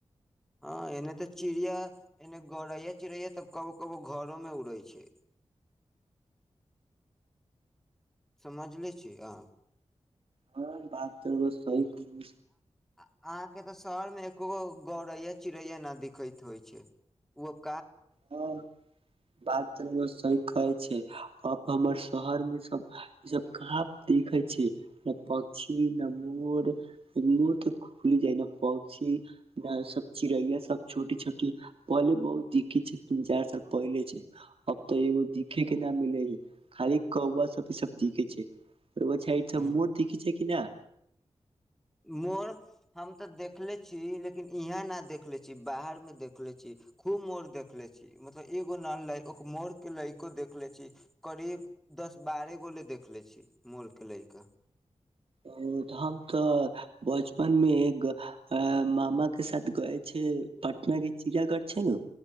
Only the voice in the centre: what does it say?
हँ एने तऽ चिड़िया एने गौड़ैया चिड़ैया तऽ कबो कबो घरोमे उड़ै छै समझ ले छी आ
आहाँ के ते शहर मे एकोगो गौड़ैया चिड़ैया न दिखैत होइ छै उ अप
ह
मोर हम तऽ देखले छी लेकिन इहाँ ना देखले छी बाहरमे देखले छी खूब मोर देखले छी मतलब एगो ना ल मोरके ल‌इको देख ले छी करीब दस बारह गो ले देखले छी मोरके ल‌इका